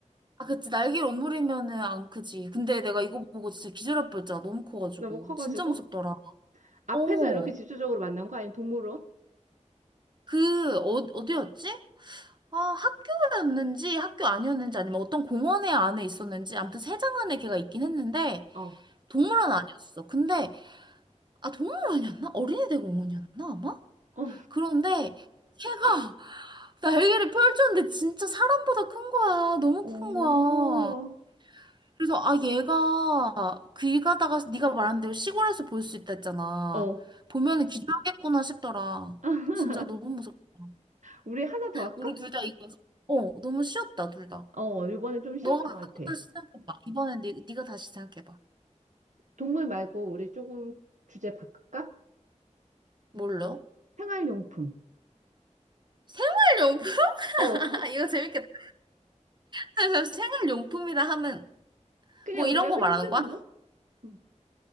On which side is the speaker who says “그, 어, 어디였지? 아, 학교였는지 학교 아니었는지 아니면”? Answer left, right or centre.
Right